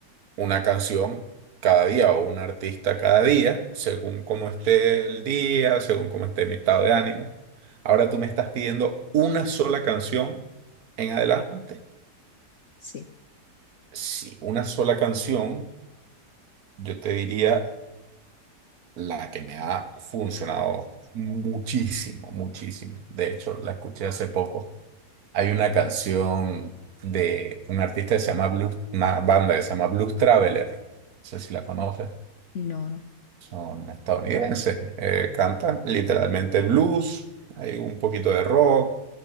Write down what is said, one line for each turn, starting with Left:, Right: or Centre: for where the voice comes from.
Right: una canción cada día o un artista cada día, según cómo esté el día, según cómo esté mi estado de ánimo. Ahora tú me estás pidiendo una sola canción en adelante.
Left: sí.
Right: Si una sola canción, yo te diría la que me ha funcionado muchísimo, muchísimo. De hecho, la escuché hace poco. Hay una canción de un artista que se llama Blues, una banda que se llama Blues Traveler. No sé si la conoces.
Left: No, no.
Right: Son estadounidenses. eh, cantan literalmente blues. Hay un poquito de rock.